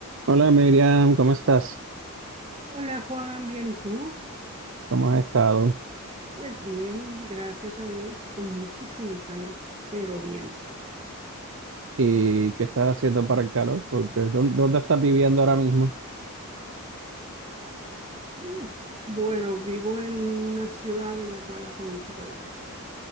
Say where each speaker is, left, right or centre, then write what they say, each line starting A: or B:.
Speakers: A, on the right; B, on the right.
A: Hola Miriam, ¿cómo estás?
B: Hola Juan, bien, ¿y tú?
A: ¿Cómo has estado?
B: Pues bien, gracias a Dios, con muchísimo calor, pero bien.
A: ¿Y qué estás haciendo para el calor? Porque ¿dó- ¿dónde, estás viviendo ahora mismo?
B: Mm, Bueno, vivo en una ciudad en la cual hace mucho calor.